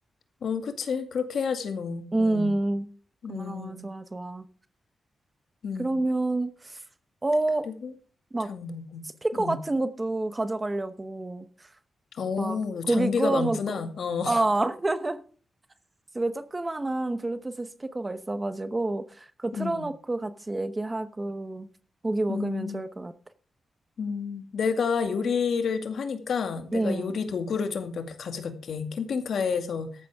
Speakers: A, on the left (about 65°); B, on the right (about 20°).
A: 어, 그치. 그렇게 해야지, 뭐.
B: 음,
A: 응,
B: 고마워.
A: 응,
B: 좋아, 좋아.
A: 응.
B: 그러면, 어,
A: 그리고
B: 막,
A: 장 보고.
B: 스피커
A: 응.
B: 같은 것도 가져가려고.
A: 어,
B: 막 고기
A: 장비가
B: 구워
A: 많구나.
B: 먹고
A: 어.
B: 어 <laughs> 집에 조그만한 블루투스 스피커가 있어가지고 그거 틀어놓고
A: 음,
B: 같이 얘기하고 고기 먹으면
A: 음,
B: 좋을 것 같아.
A: 음. 내가 요리를 좀 하니까 내가
B: 응.
A: 요리 도구를 좀 몇 개 가져갈게. 캠핑카에서